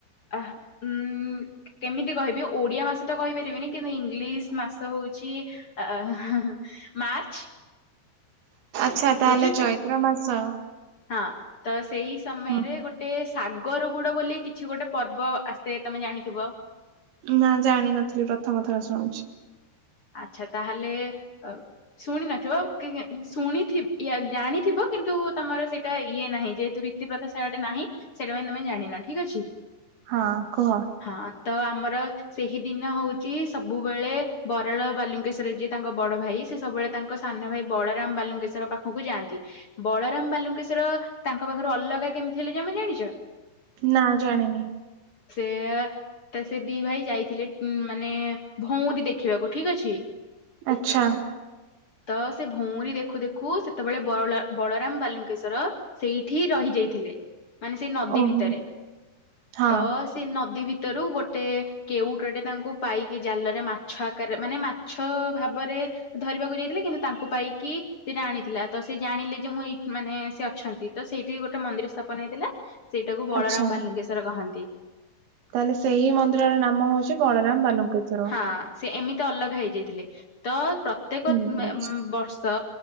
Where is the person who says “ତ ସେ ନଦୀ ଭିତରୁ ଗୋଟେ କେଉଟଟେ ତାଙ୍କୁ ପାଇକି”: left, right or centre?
Left